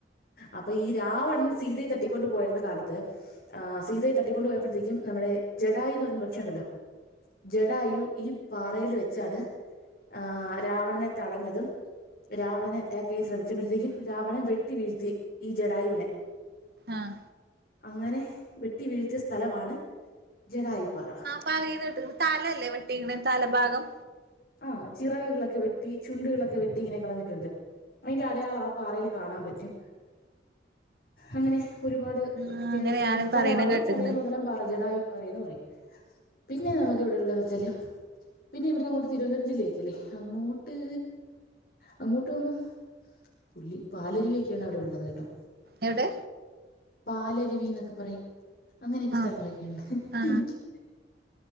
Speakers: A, on the left; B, on the right.
A: അപ്പൊ ഈ രാവണൻ സീതയെ തട്ടിക്കൊണ്ട് പോയിരുന്ന കാലത്ത് ആ സീതയെ തട്ടിക്കൊണ്ട് പോയപ്പെടുത്തേും നമ്മുടെ ജഡായ എന്ന് പറയുന്ന പക്ഷി ഉണ്ടല്ലോ ജഡായു ഈ പാറൽ വെച്ചാണ് ആ രാവണനെ തടഞ്ഞതും രാവണനെ അറ്റാക്ക് ചെയ്യാൻ ശ്രമിച്ചപ്പോഴത്തേക്കും രാവണൻ വെട്ടി വീഴ്ത്തി ഈ ജഡായുവിനെ
B: ആഹ
A: അങ്ങനെ വെട്ടി വീഴ്ത്തിയ സ്ഥലമാണ് ജഡായിപ്പാറ
B: പറിണ കേട്ട്ണ് തലല്ലേ വെട്ടിങ്ങന തല ഭാഗം
A: ആ ചിറകുകളൊക്കെ വെട്ടി ചുണ്ടുകളൊക്കെ വെട്ടി ഇങ്ങനെ കളഞ്ഞിട്ടുണ്ട് അതിന്റെ അടയാള ആ പാറയിൽ കാണാൻ പറ്റും അങ്ങനെ ഒരുപാട് പ്രത്യേകതൊക്കെുള്ളള്ള
B: ആ അങ്ങനെ ഞാന്
A: ഒരു സ്ഥലമാണ്
B: പറയണ കേട്ട്ക്ക്ണ്
A: ചടയമംഗലം പാറജട പറന്ന് പറയും പിന്നെ നമുക്ക് ഇവിടെള്ളന്ന് വെച്ചാല് പിന്നെ ഇവിടെ നോട്ട തിരുവനന്തപുരം ജില്ലേക്ക അല്ലേ അങ്ങോട്ട് അങ്ങോട്ട് പോകുമ്പോ പുളി പാലരുവി വൊക്കെയാണ് അവിടെ ഉള്ളത് കേട്ടോ
B: എവിടെ
A: പാലരുവി എന്നൊക്കെ പറയും അങ്ങനെയൊക്കെ
B: ആ
A: സ്ഥലങ്ങളൊക്കെുണ്ട്
B: ആ
A: എനിക്ക്